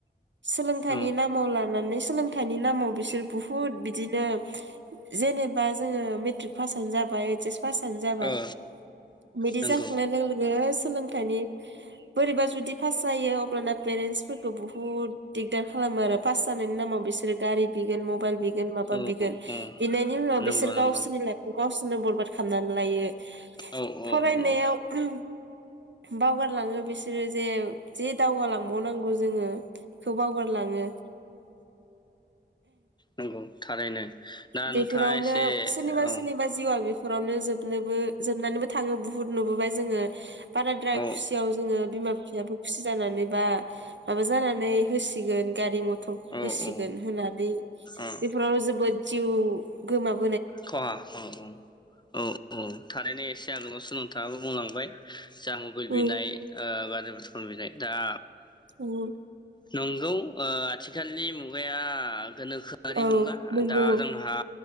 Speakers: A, on the right; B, on the left.
A: सोलोंथाइनि
B: औ
A: नामाव ला <unintelligible> सोलों थाइनि नामाव बिसोर बुहुत बिदि <unintelligible> जेनेबा जोङो मेट्रिक पासआनो जाबाय ओइस एस क्लासानो जाबाय
B: ओ
A: बिदि
B: नंगौ
A: जाखांनाय लोगो लोगो सोलों बोरैबा जुदि पास जायो अब्लाना पेरेन्टसफोरखौ बुहुत दिगदार खालामो आरो पास जानायनि नामाव बिसोरो गारि बिगोन मबाइल बिगोन जेन माबा
B: औ
A: बिगोन
B: औ
A: बिनायनि उनाव
B: नंगौ
A: बिसोर
B: नंगौ
A: गावसोरनि लाइफखौ गावसोर नों बरबाद खालामनानै लायो
B: औ औ
A: फरायनायाव
B: नंगौ
A: ओम बावगारलाङो बिसोरो जे जे दावगालांबावनांगौ जोङो खौ बावगारलाङो
B: नोंंगौ थारैनो दा
A: बेफोरावनो
B: नोंथाङा एसे
A: सोरनिबा
B: औ
A: सोरनिबा जिउआ बेफ नखरावनो जोबनोबो जोबनानैबो थाङो बुहुत नुबोबाय जोङो बाराद्राय
B: औ
A: खुसियाव जोङो बिमा बिफायाबो खुसि जानानै बा माबा जानानै होसिगोन गारि मथ <unintelligible>
B: औ
A: होसिगोन
B: औ
A: होनानै
B: अ
A: बेफोराव जोबोद जिउ गोमाब
B: ख आ ओम ओम औ ओ थारैनो एसे आगोलावसो नोंथाङा बुं बुंलांबाय जा मबइल
A: उम
B: बिनाय ओ बारे बारे <unintelligible> दा
A: उम
B: जों नों ओ आथिखालनि मुगा मुगाया गोनोखोआरि
A: औ
B: मुगा
A: नंगौ
B: दा जोंहा